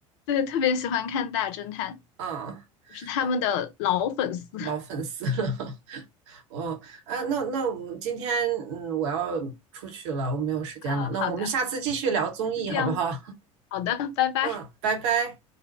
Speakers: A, on the left (about 55°); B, on the right (about 55°).
A: 对，特别喜欢看大侦探，
B: 啊
A: 我是他们的老粉丝
B: 啊，
A: <laughs>
B: 老粉丝了，<laughs> 我啊，那那我们今天嗯，我要出去了，我没有时间了，
A: 啊。好的，
B: 那我们下次继续聊综艺好不好？
A: 就这样，好的，拜拜。
B: 嗯，拜拜。